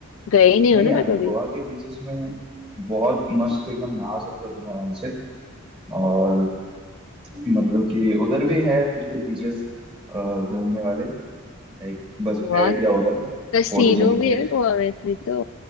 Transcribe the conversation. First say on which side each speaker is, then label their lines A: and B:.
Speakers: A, on the left; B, on the right.
A: गई नहीं
B: नहीं
A: हो ना
B: यार
A: मैं कभी
B: गोवा के बीचेस में बहुत मस्त एकदम नहा सकते हो तुम आराम से और मतलब कि उधर भी है कुछ कुछ बीचेस घूमने वाले लाइक बस
A: गोवा
B: बैठ
A: तो-
B: जाओ उधर
A: कैसीनो
B: फोटोजेनिक
A: भी
B: है।
A: है गोवा में इतनी तो